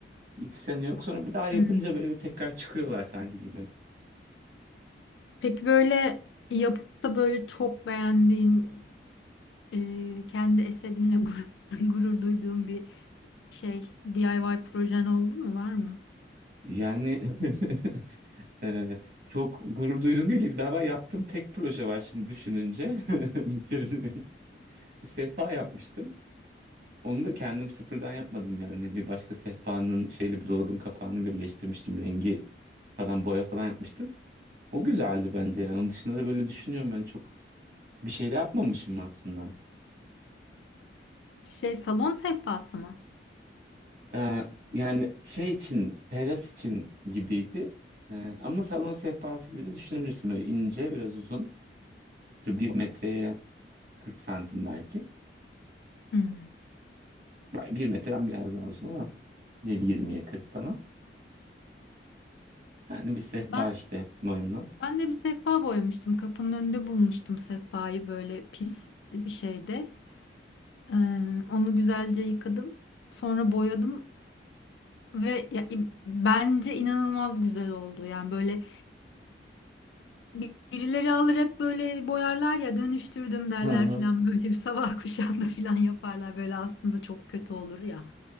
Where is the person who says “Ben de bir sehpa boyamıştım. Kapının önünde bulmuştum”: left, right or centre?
Left